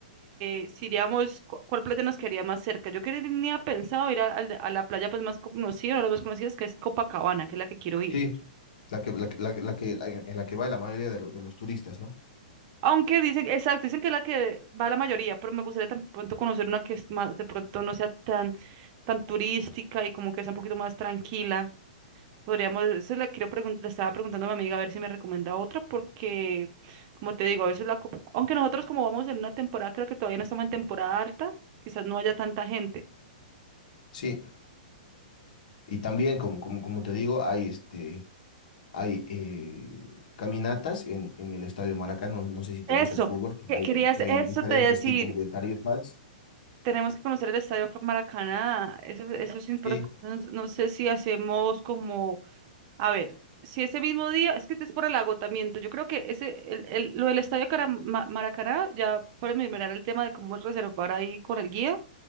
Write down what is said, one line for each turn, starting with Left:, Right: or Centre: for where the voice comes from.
Right: eh, si iríamos, cu- ¿cuál playa nos quedaría más cerca? Yo quería, tenía pensado ir a, al de- a la playa pues más conocida, una de las más conocidas, que es Copacabana, que es la que quiero ir.
Left: Sí, la que, la, que- la que, la que- la- en la que va la mayoría de, lo- de los turistas, ¿no?
Right: Aunque dicen, exacto, dicen que es la que va la mayoría, pero me gustaría tan pronto conocer una que es más, de pronto no sea tan, tan turística y como que sea un poquito más tranquila. Podríamos, eso le quiero pregun- le estaba preguntando a mi amiga a ver si me recomienda otra, porque, como te digo, a veces la, copa- aunque nosotros como vamos en una temporada, creo que todavía no estamos en temporada alta, quizás no haya tanta gente.
Left: Sí, y también, como, como, como te digo, hay este hay eh, caminatas en, en el Estadio Maracaná, no, no sé si te
Right: Eso,
Left: gusta el fútbol, que
Right: que
Left: hay,
Right: querías,
Left: que hay
Right: eso
Left: diferentes
Right: te iba a decir,
Left: tipos de tarifas.
Right: tenemos que conocer el Estadio Maracaná, eso, eso es importante,
Left: Sí,
Right: no, no sé si hacemos como, a ver, si ese mismo día, es que es por el agotamiento, yo creo que ese, el, el- lo del Estadio Cara- Ma- Maracaná, ya para mirar el tema de cómo reservar ahí con el guía.